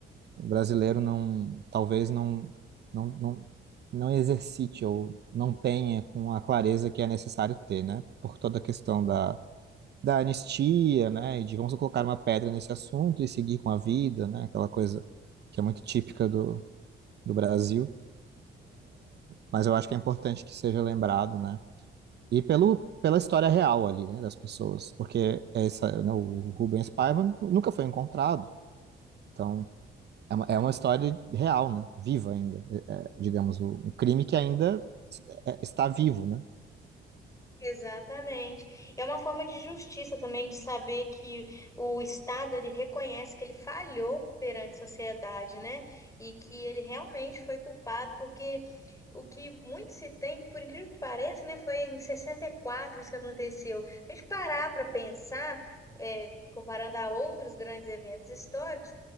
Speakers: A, on the right (about 55°); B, on the left (about 15°).
A: o brasileiro não, talvez não, não, não, não exercite ou não tenha com a clareza que é necessário ter, né? Por toda a questão da da anistia, né? E de vamos colocar uma pedra nesse assunto e seguir com a vida, né? Aquela coisa que é muito típica do, do Brasil. Mas eu acho que é importante que seja lembrado, né? E pelo, pela história real ali, né, das pessoas, porque essa, né, o Rubens Paiva nunca foi encontrado, então é uma, é uma história real, né, viva ainda, é, é, digamos, o- um crime que ainda é- está vivo, né?
B: Exatamente. É uma forma de justiça também de saber que o Estado ele reconhece que ele falhou perante a sociedade, né? E que ele realmente foi culpado, porque o que muito se tem, por incrível que pareça, né, foi em 64 isso que aconteceu. Se a gente parar para pensar, é, comparando a outros grandes eventos históricos,